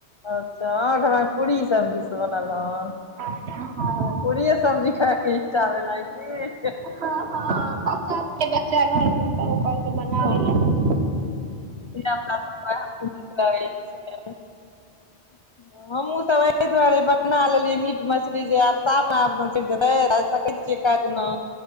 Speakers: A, on the left; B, on the right.
A: अच्छा आहाँ घर मे पूरी सब्जी सब बनल हन
B: हँ
A: पूरीए सब्जी खाय के इच्छा भेल आय की
B: हँ हँ बच्चा के बच्चा घर मे तऽ ओ कहलकै बनाबेै
A: हँ,
B: लए
A: धिया पुता सब केऽ कुऽ करैय छै <inaudible> हमहुँ सब अहि दुआरे बना लेलियै मीट मछली जे आब सावन चैल जेतै <unintelligible> कोनो